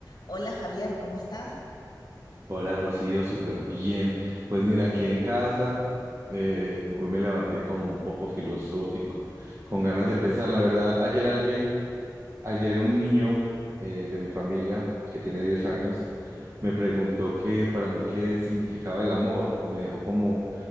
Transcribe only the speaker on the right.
Hola Rocío, súper bien. Pues mira, aquí en casa, eh, hoy me levanté como un poco filosófico, con ganas de pensar. La verdad, ayer alguien, ayer un niño eh, de mi familia, que tiene 10 años, me preguntó que para mí qué significaba el amor y me dejó como,